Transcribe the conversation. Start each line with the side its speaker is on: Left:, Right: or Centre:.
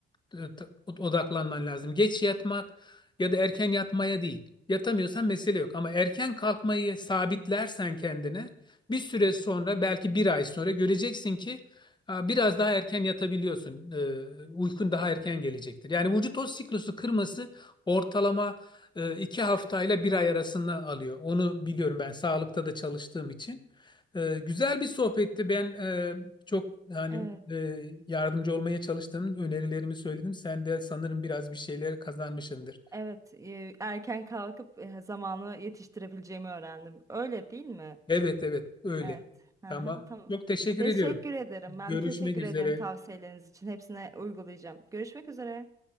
Left: e, t- odaklanman lazım. Geç yatmak ya da erken yatmaya değil. Yatamıyorsan mesele yok. Ama erken kalkmayı sabitlersen kendine bir süre sonra belki bir ay sonra göreceksin ki a, biraz daha erken yatabiliyorsun. E, Uykun daha erken gelecektir. Yani vücut o siklusu kırması ortalama e, iki haftayla bir ay arasında alıyor. Onu biliyorum ben sağlıkta da çalıştığım için. E, Güzel bir sohbetti. Ben e, çok hani
Right: evet,
Left: e, yardımcı olmaya çalıştım. Önerilerimi söyledim. Sen de sanırım biraz bir şeyler kazanmışsındır.
Right: evet. E, erken kalkıp e, zamanı yetiştirebileceğimi öğrendim. Öyle değil mi?
Left: Evet evet öyle.
Right: Evet. Hı
Left: Tamam.
Right: hı, Tamam.
Left: Çok teşekkür
Right: Teşekkür
Left: ediyorum.
Right: ederim. Ben
Left: Görüşmek
Right: teşekkür
Left: üzere.
Right: ederim tavsiyeleriniz için. Hepsine uygulayacağım. Görüşmek üzere.